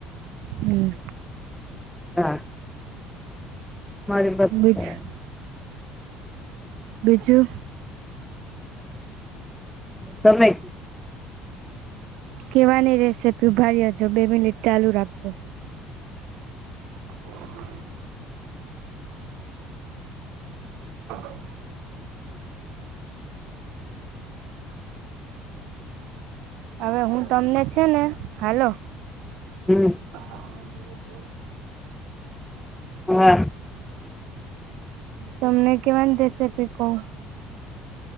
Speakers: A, on the right; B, in the centre.
A: હ.
B: હા. મારી બ <unintelligible>
A: બીજું બીજું.
B: હ તમે.
A: કહેવાની રેસે ઊભાા રેજો બે મિનિટ ચાલુ રાખજો. હ <inaudible> હ. હવે હું તમને છે ને હાલો.
B: હ.
A: હ બ <unintelligible>
B: હા.
A: તમને કેમન રેસીપી કહો.